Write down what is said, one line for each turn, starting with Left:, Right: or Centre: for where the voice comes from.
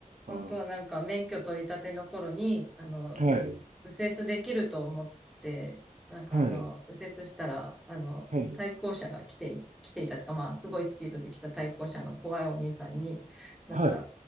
Centre: あとはなんか免許取り立ての頃に、
Right: あ
Centre: あの、
Right: あ、はい、
Centre: 右折できると思って、なんかあの、
Right: はい、
Centre: 右折したら、あの、
Right: はい、
Centre: 対向車が来てい、来ていたとか、まあ、すごいスピードで来た対向車の怖いお兄さんに、なんか、
Right: はい、